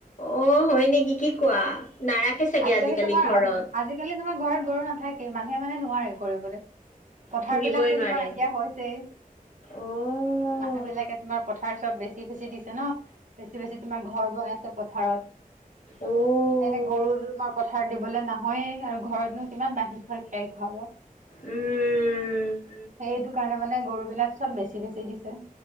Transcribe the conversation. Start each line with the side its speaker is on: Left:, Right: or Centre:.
Left: অ হয় নেকি কি কোৱা নাৰাখে চাগে
Right: আজিকালি তোমাৰ
Left: ঘৰত
Right: আজিকালি তোমাৰ ঘৰত গৰু নাথাকেই মানুহে মানে নোৱাৰে কৰিবলৈ পথাৰ
Left: পুহিবই
Right: বিলাকতো
Left: নোৱাৰে
Right: তোমাৰ নাইকিয়া
Left: মানে।
Right: হৈছেই
Left: উম,
Right: মানুহ বিলাকে তোমাৰ পথাৰ চব বেছি বেছি বেছি দিছে ন বেছি বেছি তোমাৰ ঘৰ বনাইছে পথাৰত
Left: উম,
Right: স গৰু বা কথা পথাৰত দিবলৈ নহয়েই আৰু ঘৰতনো কিমান বান্ধি থয় খেৰ খুৱাব
Left: উম
Right: সেইটো কাৰণে মানে গৰু বিলাক চব বেছি বেছি দিছে